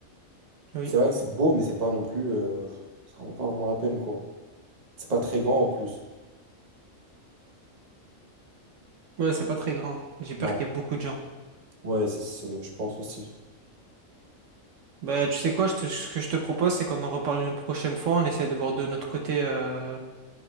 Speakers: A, on the right; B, on the right.
A: Oui.
B: C'est vrai que c'est beau, mais c'est pas non plus. euh, pff, ça en vaut pas vraiment la peine, quoi. C'est pas très grand en plus.
A: Ouais, c'est pas très grand. J'ai peur
B: Non.
A: qu'il y ait beaucoup de gens.
B: Ouais, c'est, c'est- je pense aussi.
A: Bah, tu sais quoi, je te- ce que je te propose, c'est qu'on en reparle une prochaine fois. On essaie de voir de notre côté, euh,